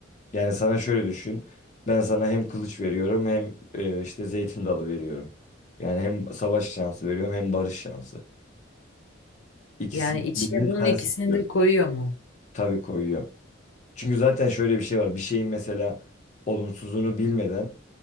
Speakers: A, on the left; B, on the left.
A: Yani sana şöyle düşün. Ben sana hem kılıç veriyorum hem e, işte zeytin dalı veriyorum. Yani hem savaş şansı veriyorum hem barış şansı. İkisinden
B: Yani içine
A: birini
B: bunun
A: sen
B: ikisini
A: seçiyorsun.
B: de koyuyor mu?
A: Tabii koyuyor. Çünkü zaten şöyle bir şey var. Bir şeyin mesela olumsuzunu bilmeden